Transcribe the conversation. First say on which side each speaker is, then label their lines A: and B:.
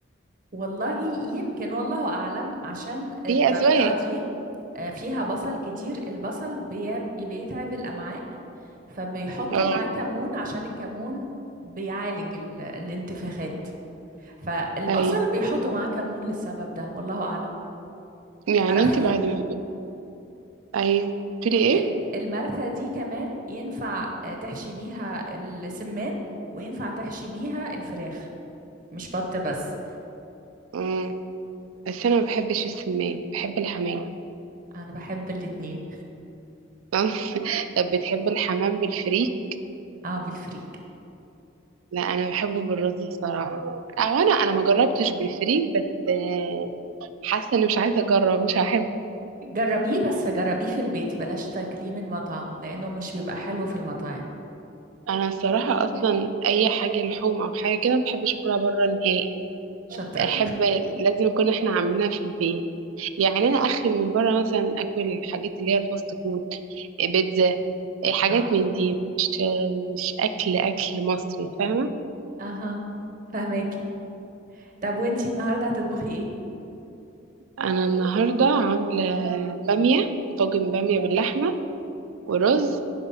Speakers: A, on the right; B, on the right.
A: والله يمكن والله أعلم عشان الطريقة
B: هي اذواق
A: دي آه، فيها بصل كتير البصل بي- بيتعب الأمعاء فبيحطوا
B: اه
A: معاه كمون عشان الكمون بيعالج ال- الانتفاخات فالبصل
B: ايوه
A: بيحطوا معاه كمون للسبب ده والله أعلم
B: يعني
A: تعرفي
B: انت بعد ما ايوه بتقولي ايه
A: آه، المرثة دي كمان ينفع آه، تحشي بيها السمان وينفع تحشي بيها الفراخ مش بط بس
B: امم بس انا ما بحبش السمان بحب الحمام
A: انا بحب الاتنين
B: آه. <laughs> طب بتحب الحمام بالفريك
A: اه بالفريك
B: لا انا بحبه بالرز الصراحه او انا انا ما جربتش بالفريك بس آه، حاسه اني مش عايزه اجرب مش هحب
A: جربيه بس جربيه في البيت بلاش تاكليه من مطعم لانه مش بيبقى حلو في المطاعم
B: انا الصراحه اصلا اي حاجه لحوم او حاجه كده ما بحبش اكلها بره نهائي
A: شاطرة
B: احب لازم نكون احنا عاملينها في البيت يعني انا اخري من بره مثلا اكل الحاجات اللي هي الفاست فود بيتزا حاجات
A: اه
B: من دي مش مش اكل اكل مصري فاهمه
A: اها فهماكي طب وانتي النهاردة هتطبخي ايه
B: انا النهارده عامله باميه طاجن باميه باللحمه ورز